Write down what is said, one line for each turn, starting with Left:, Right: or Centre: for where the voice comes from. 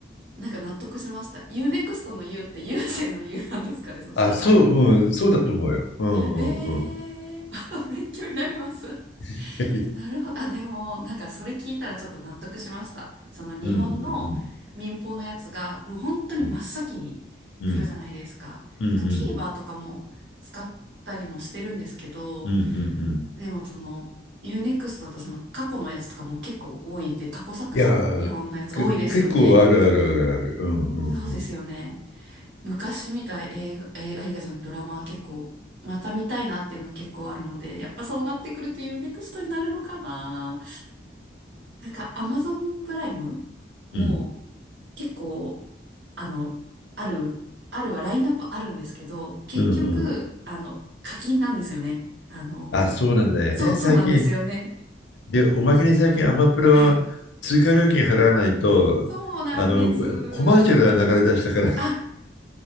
Right: なんか納得しました。U-NEXT の U って優先の U なんですかね、そしたら。
Left: あ、そう、うん、そうだと思うよ。うんうんうん。
Right: へえ。あ、勉強になります。
Left: <laughs>
Right: なるほど。あ、でも、なんかそれ聞いたらちょっと納得しました。その日本の民放のやつが、
Left: うんうんうん
Right: もう本当に真っ先に来るじゃないですか。
Left: うんうんうんうん
Right: なんか TVer とかも使ったりもしてるんですけど、
Left: うんうんうん
Right: でもその、ユーネクス t だとその過去のやつとかも結構多いって、過去作品日本のやつ多いですよね。
Left: いやー、く結構あるあるあるある。うんうんうん。
Right: そうですよね。昔見た映画、映画、映画じゃなくてドラマは結構、また見たいなっていうのは結構あるので、やっぱそうなってくると u ネクストになるのかな。なんか Amazon プライムも
Left: うん
Right: 結構、あの、ある、あるはラインナップあるんですけど、結局、
Left: うんうん。
Right: あの、課金なんですよね。あの、
Left: あ、そうなんだよね、
Right: そう、
Left: 最近。
Right: そうなんですよね。
Left: で、おまけに最近アマプラは追加料金払わないと、
Right: はい。そうなんです。
Left: あの、こコマーシャルが流れ出したから、
Right: あ、あ、